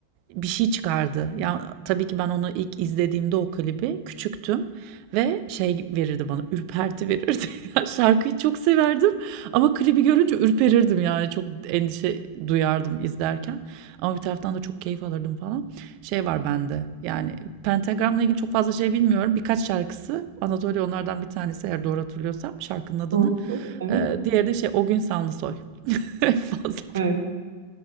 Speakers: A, on the right; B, on the right.
A: bir şey çıkardı. Ya tabii ki ben onu ilk izlediğimde o klibi küçüktüm ve şey verirdi bana ürperti verirdi. <laughs> Ya Şarkıyı çok severdim ama klibi görünce ürperirdim yani çok endişe duyardım izlerken. Ama bir taraftan da çok keyif alırdım falan. Şey var bende yani Pentagram'la ilgili çok fazla şey bilmiyorum. Birkaç şarkısı Anatolia onlardan bir tanesi eğer doğru hatırlıyorsam şarkının adını.
B: Doğru. Evet.
A: Ee, diğeri de şey O Gün Sanlı Soy. <laughs> En fazla
B: Evet.